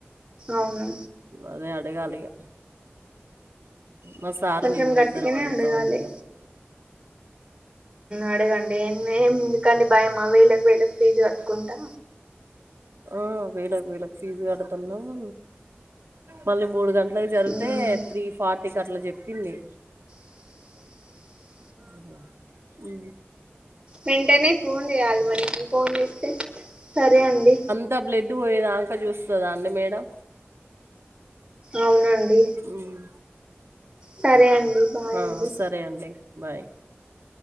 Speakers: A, on the right; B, on the right.
A: అవును
B: అదే అడగాలి ఈగ మా సారు
A: కొంచెం
B: నేను
A: గట్టిగానే
B: ఇద్దరం అడుగుతాం
A: అడగాలి
B: ఇగ
A: అడగండి ఏ ఎందుకండి భయమా వేళకి వేళకి ఫీజు కట్టుకుంటా
B: ఆ వేల వేలకి ఫీజు కడుతున్నామ్ మళ్ళీ మూడు గంటలలకు జరిగితే
A: ఉమ్
B: త్రీ ఫార్టీకి అట్లా చెప్పింది
A: ఉ
B: ఓహో ఊ
A: వెంటనే ఫోన్ చేయాలి మనకి ఫోన్ చేస్తే సరే అండి
B: అంత బ్లెడ్ పోయేదాంక చూస్తుందా అండి మేడం
A: అవునండి
B: ఉమ్.
A: సరే అండి బాయ్
B: ఆ
A: అండి
B: సరే అండి బాయ్